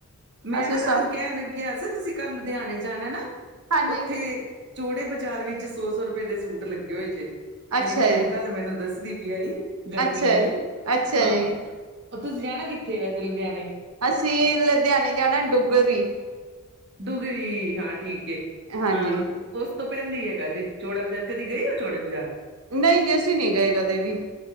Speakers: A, on the right; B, on the right.
A: ਮੈਂ
B: ਅਸੀਂ
A: ਨਾ ਤਵਾਨੂੰ
B: ਸ
A: ਕਹਣ ਲਗਆ ਸੀ, ਤੁਸੀ ਕਲ ਲੁਧਆਣੇ ਜਾਣੈ ਨਾ
B: ਹਾਂਜੀ
A: ਉਥੇ ਚੋੜੇ ਬਾਜ਼ਾਰ ਵਿੱਚ, ਸੌ- ਸੌ ਰੁਪਏ ਦੇ ਸੂਟ ਲੱਗੇ ਹੋਏ ਜੇ।
B: ਅੱਛਾ
A: ਮੇਰੀ ਪੈਣ
B: ਜੀ
A: ਕੱਲ ਮੈਨੂੰ ਦੱਸਦੀ ਪੀ ਆਈ।
B: ਅੱਛਾ
A: ਚੁੰਨੀਆਂ ਆਲੇ,
B: ਅੱਛਾ
A: ਹਾਂ
B: ਜੀ
A: ਉਹ ਤੁਸੀ ਜਾਣਾ ਕਿੱਥੇ ਵੈਸੇ ਲੁਧਆਣੇ?
B: ਅਸੀ ਲੁਧਿਆਣੇ ਜਾਣਾ ਡੁੱਗਰੀ।
A: ਡੁੱਗਰੀ ਹਾਂ ਠੀਕ ਏ
B: ਹਾਂਜੀ
A: ਹਾਂ, ਉਸ ਤੋਂ ਪਹਿਲੇ ਈ ਹੈਗਾ ਜੇ ਚੌੜਾ ਬਜ਼ਾਰ ਕਦੀ ਗਏ ੳ ਚੋੜੇ ਬਜਾਰ।
B: ਨਹੀ ਜੀ, ਅਸੀ ਨੀ ਗਏ ਕਦੇ ਵੀ।